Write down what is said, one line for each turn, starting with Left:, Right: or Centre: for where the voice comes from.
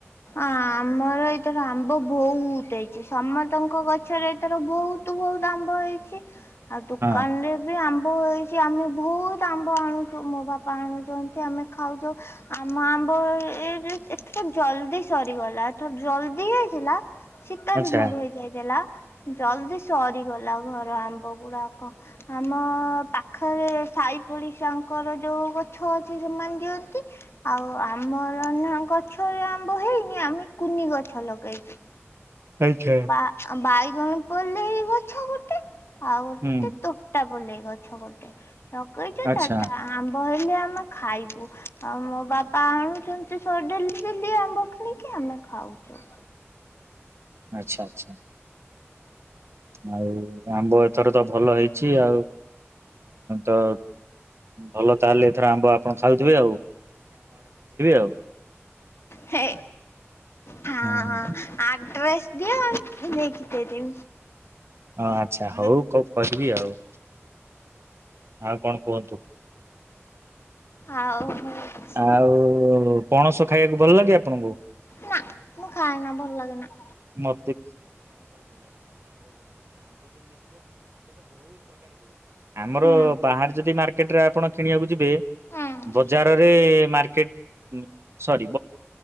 Left: ଆମର ଏଥର ଆମ୍ବ ବହୁତ ହେଇଛି ସମସ୍ତଙ୍କ ଗଛରେ ଏଥର ବହୁତ ବହୁତ ଆମ୍ବ ହେଇଛି। ଆଉ ଦୋକାନରେ
Right: ହଁ
Left: ବି ଆମ୍ ଆମ୍ବ ହେଇଛି ଆମେ ବହୁତ ଆମ୍ବ ଆଣୁଛୁ ମୋ ବାପା ଆଣୁଛନ୍ତି ଆମେ ଖାଉଛ ଆମ ଆମ୍ବ ଏଥର ଜଲ୍ଦି ସରିଗଲା ଏଥର ଜଲଦି ହେଇଥିଲା ଶୀତ
Right: ଆଚ୍ଛା।
Left: ଦିନରୁ ହେଇଯାଇଥେଲା। ଜଲ୍ଦି ସରିଗଲା ଘର ଆମ୍ବ ଗୁଡାକ ଆମ ପାଖରେ ସାଇ ପଡି ଶାଙ୍କର ଯୋଉ ଗଛ ଅଛି ସେମାନେ ଦିଅନ୍ତି ଆଉ ଆମର ନା ଗଛରେ ଆ ଆମ୍ଭ ହେଇନି ଆମେ କୁନି ଗଛ ଲଗେଇଛୁ।
Right: ଆଚ୍ଛା
Left: ବା ବାଇ କଣ ପୋଲେଇ ଗଛ ଗୋଟେ ଆଉ ଗୋଟେ
Right: ହୁଁ
Left: ତୋଟା ପଲେଇ ଗଛ ଗୋଟେ ଲଗାଇଛ
Right: ଆଚ୍ଛା
Left: ତ ଆମ୍ ବଢିଲେ ଆମେ ଖାଇବୁ ଆଉ ମୋ ବାପା ଆଣୁଛନ୍ତି ଡେଲି ଡେଲି ଆମ୍ବ କିଣିକି ଆମେ ଖାଉଛୁ।
Right: ଆଚ୍ଛା ଆଚ୍ଛା। ଆଉ ଆମ୍ବ ଏଥର ତ ଭଲ ହେଇଛି ଆଉ ତ ଭଲ ତାହେଲେ ଏଥର ଆମ୍ବ ଆପଣ ଖାଉଥିବେ ଆଉ
Left: ହେ ହ ଆ
Right: ହୁଁ
Left: ଡ୍ରେସ୍ ଦିଅ ନେଇକି ଦେଇ ଦେବି
Right: ହଁ ଆଚ୍ଛା ହଉ କ କହିବି ଆଉ। ଆଉ କଣ କୁହନ୍ତୁ।
Left: ଆଉ ହଉଛି
Right: ଆଉ ପଣସ ଖାଇଆକୁ ଭଲ ଲାଗେ ଆପଣଙ୍କୁ।
Left: ନା ମୁଁ ଖାଏନା ଭଲ ଲାଗେନା।
Right: ମ ଆମର
Left: ହୁଁ
Right: ବାହାରେ ଯଦି ମାର୍କ କେଟରେ ଆପଣ କିଣିବାକୁ ଯି ବେ
Left: ହୁଁ
Right: ବଜାରରେ ମାର୍କେଟ ସରି